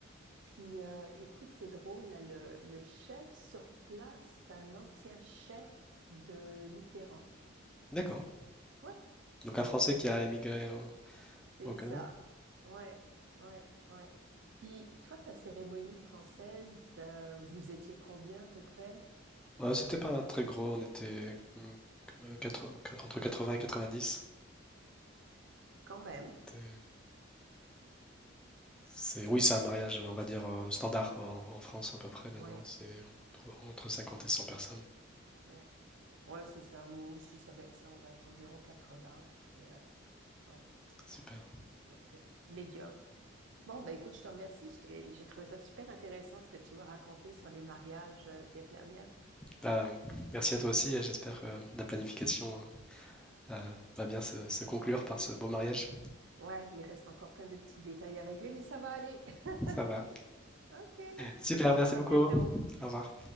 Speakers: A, on the right; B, in the centre.
A: Puis euh, écoute, c'est drôle là, le, le chef sur place, c'est un ancien chef de Mitterrand.
B: D'accord.
A: Ouais.
B: Donc un Français
A: Donc,
B: qui
A: euh,
B: a émigré au,
A: C'est
B: au Canada?
A: ça. Ouais, ouais, ouais. Puis toi, ta cérémonie française, euh, vous étiez combien à peu près?
B: Euh, c'était pas un très gros, on était mm, euh, quatre- quatre- entre 80 et 90.
A: Quand même.
B: C'était- C'est, oui, c'est un mariage, on va dire, euh, standard en, en France à peu près
A: Ouais,
B: maintenant. C'est entre entre 50 et 100 personnes.
A: ouais. Ouais, c'est ça. Moi aussi, ça va être ça. On va être environ quatre-vingts Puis, euh, ouais,
B: Super.
A: donc, euh, médium. Bon, ben écoute, je te remercie. Je t'ai- J'ai trouvé ça super intéressant ce que tu m'as raconté sur les mariages euh, vietnamiens.
B: Bah, merci à toi aussi et j'espère que la planification euh, va bien se, se conclure par ce beau mariage.
A: Ouais, il reste encore plein de petits détails à régler, mais ça va aller. <laughs>
B: Ça va.
A: OK.
B: Super,
A: Et ciao,
B: merci
A: à
B: beaucoup.
A: bientôt.
B: Au revoir.